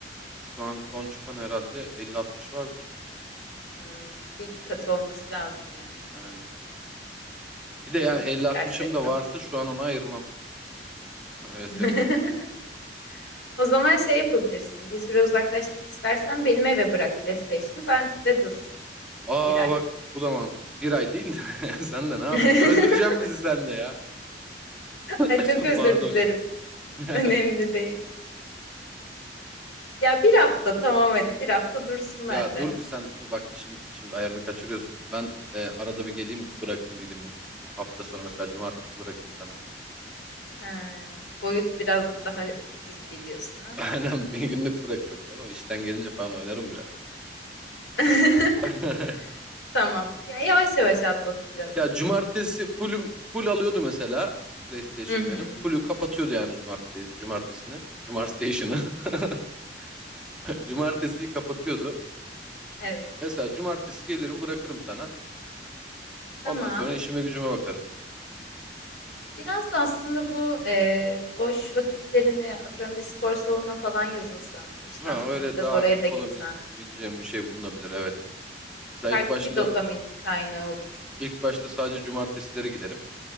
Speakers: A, in the centre; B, on the left.
A: Şu an son çıkan herhalde 50-60 vardır.
B: Hmm, bir iki katı olması lazım yani.
A: Aynen. Bir de yani
B: Çokmuş
A: elli
B: gerçekten.
A: 60ım da varsa şu an onu ayırmam. <laughs> Öyle
B: <laughs>
A: söyleyeyim.
B: O zaman şey yapabilirsin. Bir süre uzaklaşmak istersen benim eve bırak PlayStation'ı. Ben de dursun
A: Aa
B: bir ay.
A: bak bu da mantıklı. Bir ay değil de <laughs> sen de ne yapıyorsun?
B: <laughs>
A: Öldüreceğim bizi sen de ya. <laughs>
B: Ay çok özür
A: Pardon.
B: dilerim.
A: <laughs>
B: <laughs> Önemli değil. Ya bir hafta tamam hadi bir hafta dursun bende.
A: Ya dur bir sen bak işin şimdi ayarını kaçırıyorsun. Ben e, arada bir geleyim bırakayım bir günlük. Hafta sonu mesela cumartesi bırakayım sana.
B: Ha, boyut biraz daha ciddi diyorsun
A: <laughs>
B: ha.
A: Aynen bir günlük bırakırım değil mi? İşten gelince falan oynarım biraz.
B: <laughs>
A: <laughs>
B: Tamam. Ya yavaş yavaş atlatacağız.
A: Ya cumartesi fullüm full alıyordu mesela PlayStation
B: Hı hı.
A: benim. Full'ü kapatıyordu yani cumartesi cumartesini. Cumartesi'ni. <laughs> <laughs> Cumartesiyi kapatıyordu.
B: Evet.
A: Mesela cumartesi gelirim bırakırım sana.
B: Tamam.
A: Ondan sonra işime gücüme bakarım.
B: Biraz da aslında bu e, boş vakitlerini atıyorum bir spor salonuna falan yazılsan, işten
A: Ha
B: sonra
A: öyle
B: biraz
A: daha
B: oraya
A: aktif
B: da gitsen,
A: olabileceğim bir şey bulunabilir evet. Mesela
B: farklı
A: ilk başta
B: bir dopamin kaynağı olur.
A: ilk başta sadece cumartesileri giderim.